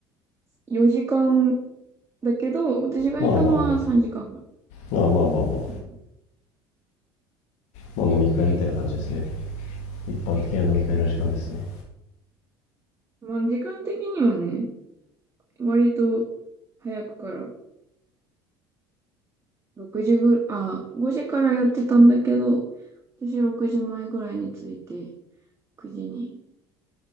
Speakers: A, on the right; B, on the left.
A: 4時間だけど、私がいたのは3時間ぐら
B: まあまあまあまあまあまあまあ
A: い。うん。
B: まあ飲み会みたいな感じですね一般的な飲み会の時間ですね
A: まあ、時間的にはね、割と早くから、6時ぐらい、あ、5時からやってたんだけど、私6時前ぐらいに着いて、9時に